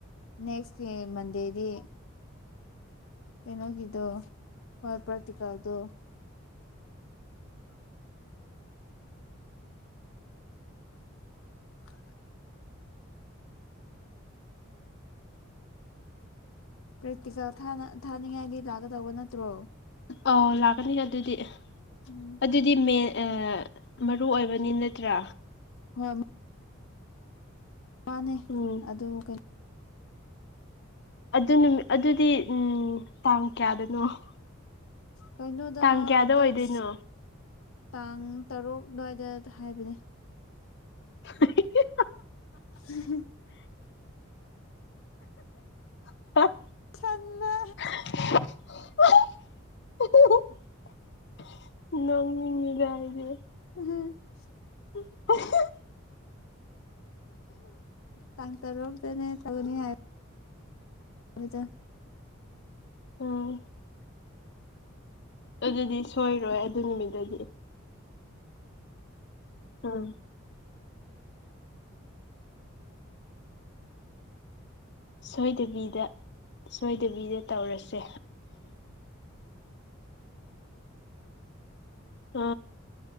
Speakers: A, on the left; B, on the left.
A: ꯅꯦꯛꯁꯀꯤ ꯃꯟꯗꯦꯗꯤ ꯀꯩꯅꯣꯒꯤꯗꯣ ꯍꯣꯏ ꯄ꯭ꯔꯦꯛꯇꯤꯀꯦꯜꯗꯣ <inaudible> <unintelligible> ꯄ꯭ꯔꯦꯛꯇꯤꯀꯦꯜ ꯊꯥꯅ ꯊꯥꯅꯤꯡꯉꯥꯏꯗꯤ ꯂꯥꯛꯀꯗꯧꯕ ꯅꯠꯇ꯭ꯔꯣ
B: ꯑꯧ ꯂꯥꯛꯀꯅꯤꯗ ꯑꯗꯨꯗꯤ
A: ꯎꯝ <inaudible>
B: ꯑꯗꯨꯗꯤ ꯃꯦꯟ ꯃꯔꯨ ꯑꯣꯏꯕꯅꯤ ꯅꯠꯇ꯭ꯔꯥ
A: ꯍꯣꯏ <unintelligible> ꯃꯥꯅꯦ
B: ꯎꯝ
A: ꯑꯗꯣ ꯀꯩ
B: ꯑꯗꯨ ꯅꯨꯃꯤꯠ ꯑꯗꯨꯗꯤ ꯎꯝ ꯇꯥꯡ ꯀꯌꯥꯗꯅꯣ <inaudible>
A: ꯀꯩꯅꯣꯗꯣ
B: ꯇꯥꯡ ꯀꯌꯥꯗ
A: ꯗꯦꯠꯁ
B: ꯑꯣꯏꯗꯣꯏꯅꯣ
A: ꯇꯥꯡ ꯇꯔꯨꯛ ꯑꯗꯨꯋꯥꯏꯗ ꯍꯥꯏꯕꯅꯦ
B: <inaudible>
A: <unintelligible>
B: <unintelligible>
A: ꯁꯟꯅ
B: ꯅꯣꯛꯅꯤꯡꯉꯦꯗ ꯑꯩꯗꯤ
A: ꯎꯝ <inaudible>
B: <inaudible>
A: ꯇꯥꯡ ꯇꯔꯨꯛꯇꯅꯦ ꯇꯧꯅꯤ ꯍꯥꯏ <unintelligible>
B: ꯎꯝ ꯑꯗꯨꯗꯤ ꯁꯣꯏꯔꯣꯏ ꯑꯗꯨ ꯅꯨꯃꯤꯠꯇꯗꯤ ꯎꯝ ꯁꯣꯏꯗꯕꯤꯗ ꯁꯣꯏꯗꯕꯤꯗ ꯇꯧꯔꯁꯦ ꯑ